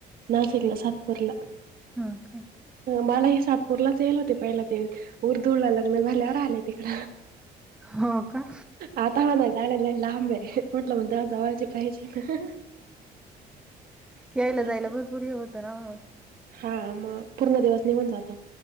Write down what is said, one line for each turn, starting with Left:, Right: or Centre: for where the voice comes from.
Right: नाशिकला साप बडला
Centre: हा का
Right: मलाही सातपूरलाच येल होते पहिला ते उर्दुला लग्न झाल्यावर आले तिकड
Centre: हो का
Right: आता मणा लाला ला लांब आहेे म्हटलं म्हण जवळची पाहिजे ना <unintelligible>
Centre: यायला
Right: असं
Centre: जायला भरपूर हे होतं ना ओ मग
Right: हा मग पूर्ण दिवस निघून जातो.